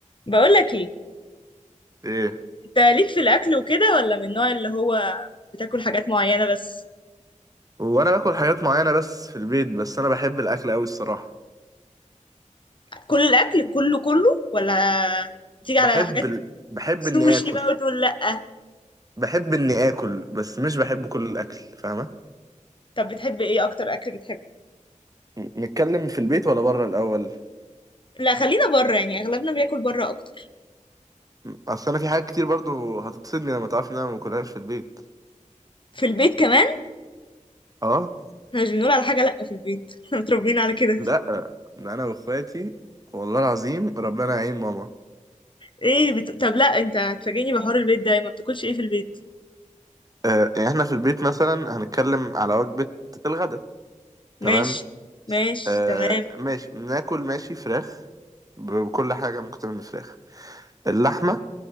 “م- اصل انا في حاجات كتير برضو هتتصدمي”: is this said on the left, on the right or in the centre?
Right